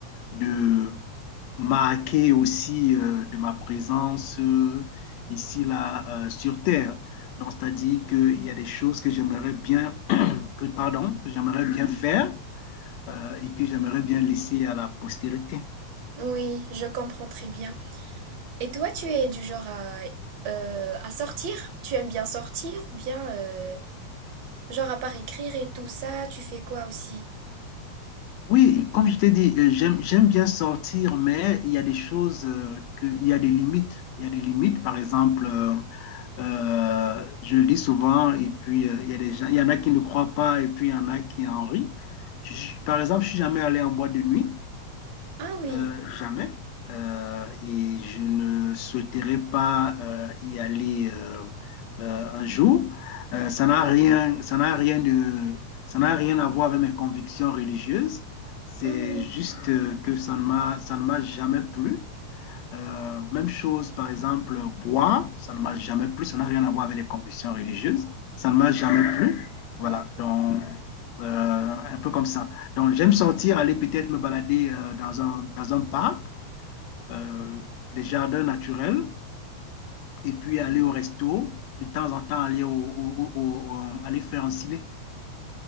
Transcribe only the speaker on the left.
de marqué aussi euh, de ma présence euh, ici, là, euh, sur Terre. Donc, c'est-à-dire qu'il y a des choses que j'aimerais bien, <coughs> que, pardon, que j'aimerais bien faire euh, et que j'aimerais bien laisser à la postérité.
Oui, comme je t'ai dit, euh, j'aime, j'aime bien sortir, mais il y a des choses, euh, que, il y a des limites. Il y a des limites, par exemple, euh, euh, je le dis souvent, et puis euh, il y a des gens, il y en a qui ne croient pas, et puis il y en a qui en rient. Je- je- par exemple, je suis jamais allé en boîte de nuit.
Euh, jamais. Euh, et je ne souhaiterais pas euh, y aller euh, euh, un jour. Euh, ça n'a rien, ça n'a rien de, ça n'a rien à voir avec mes convictions religieuses. C'est
juste euh, que ça ne m'a, ça ne m'a jamais plu. Euh, même chose, par exemple, boire, ça ne marche jamais plus ça n'a rien à voir avec les convictions religieuses, ça ne marche jamais plus Voilà,
donc, euh, un peu comme ça. Donc, j'aime sortir, aller peut-être me balader euh, dans un, dans un parc, euh, des jardins naturels, et puis aller au resto, de temps en temps aller, au, au- au- au- euh, aller faire un ciné.